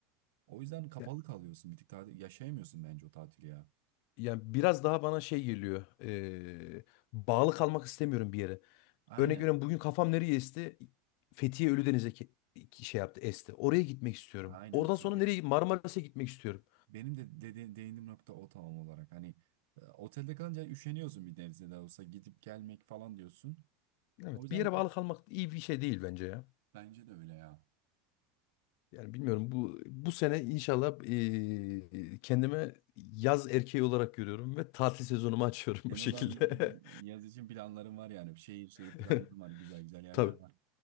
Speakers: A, on the right; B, on the left.
A: O yüzden kapalı
B: ya,
A: kalıyorsun bir tık tatil yaşayamıyorsun bence o tatili ya.
B: yani biraz daha bana şey geliyor. eee, bağlı kalmak istemiyorum bir yere.
A: Aynen.
B: Örnek veriyorum bugün kafam nereye esti? Fethiye Ölüdeniz'e ke- ki- şey yaptı esti. Oraya gitmek istiyorum.
A: Aynen
B: Oradan
A: işte
B: sonra
A: benim
B: nereye Marmaris'e gitmek istiyorum.
A: benim de dedi, değindiğim nokta o tam olarak hani e, otelde kalınca üşeniyorsun bir nebze de olsa gidip gelmek falan diyorsun.
B: Evet
A: O yüzden
B: bir yere bağlı kalmak iyi bir şey değil bence ya.
A: bence de öyle ya.
B: Yani bilmiyorum bu bu sene inşallah eee, kendime yaz erkeği olarak görüyorum ve tatil sezonumu açıyorum <laughs>
A: Sen
B: bu şekilde.
A: o zaman y- y- yaz için planların var yani şehir şehir
B: <laughs>
A: planların var güzel güzel yerler
B: Tabii
A: var.